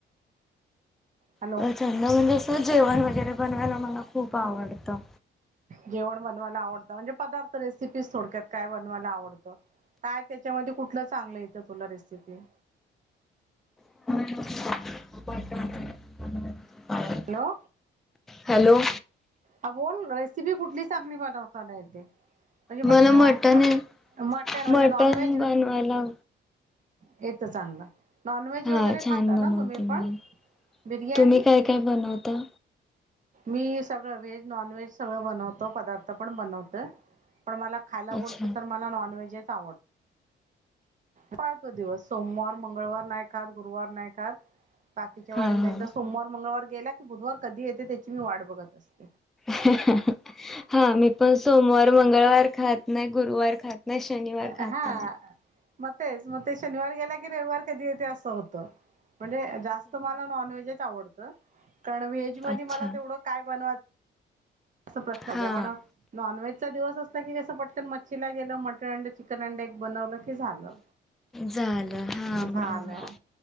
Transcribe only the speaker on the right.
हॅलो
जेवण बनवायला आवडतं म्हणजे पदार्थ रेसिपी थोडक्यात काय बनवायला आवडत? काय त्याच्यामध्ये कुठलं चांगलं येतं तुला रेसिपी?
हॅलो.
अ बोल रेसिपी कुठली चांगणी बनवताना येतेे? म्हणजे मच्छी
मट
मटन
नॉन वेज
येत चांगलं. नॉन व्हेज वगैरे
खाता
ना तुम्ही
पण? बिर्याणी
मी स व्हेज नॉन व्हेज सगळं बनवतो पदार्थ पण बनवत पण मला खायला
बोलते तर मला नॉनव्हेजच आवड. पाळतो दिवस सोमवार, मंगळवार नाही खात गुरुवार नाही खात बाकीच्या
वारी मी
एकदा सोमवार, मंगळवार गेला की बुधवार कधी येते त्याची मी वाट बघत असते.
हा
मग तेच मग ते शनिवार गेला की रविवार कधी येते असं होत. म्हणजे जास्त मला नॉन व्हेजच आवडतं कारण व्हेज मध्ये
मला तेवढं काय बनवायचं अस प्रश्न
आहे ज पण नॉनव्हेजचा दिवस असता की कसं पटकन मच्छीला गेलो, मटण चिकन अंड एक बनवलं की झालं,
झालं.